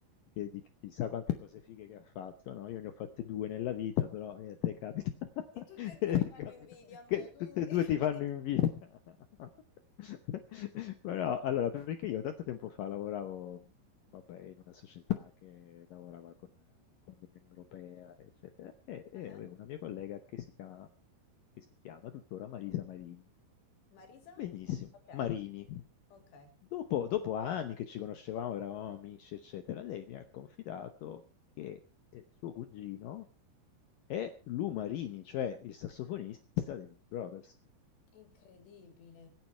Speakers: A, on the left; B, on the left.
A: che di chi chissà quante cose fighe che ha fatto, no, io ne ho fatte 2 nella vita, però, eh, a te capita <laughs>
B: E tutte e
A: e
B: 2 mi
A: ti
B: fanno
A: capita
B: invidia a me,
A: che
B: quindi
A: tutte e 2
B: <laughs> credi
A: ti fanno invidia. <laughs> Però allora, perché io tanto tempo fa lavoravo, vabbè, in una società che lavorava con eh, con l'Unione Europea, eccetera, e e
B: Ah-ah.
A: avevo una mia collega che si chiama che si chiama tuttora Marisa Marini.
B: Marisa?
A: Benissimo,
B: Okay,
A: Marini.
B: okay.
A: Dopo, dopo anni che ci conoscevamo, eravamo amici, eccetera, lei mi ha confidato che eh, suo cugino è Lou Marini, cioè il sassofonista dei Blues Brothers.
B: Incredibile.